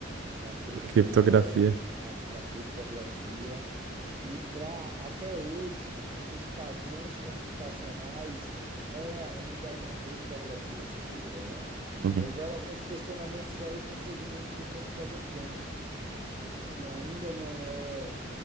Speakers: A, on the right; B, on the right.
A: da criptomoeda,
B: Da Criptografia.
A: da, da criptografia. E para até hoje, para os padrões computacionais, é ainda uma criptografia segura, né?
B: Uhum.
A: Houveram alguns questionamentos aí com o surgimento do computador quântico, que ainda não é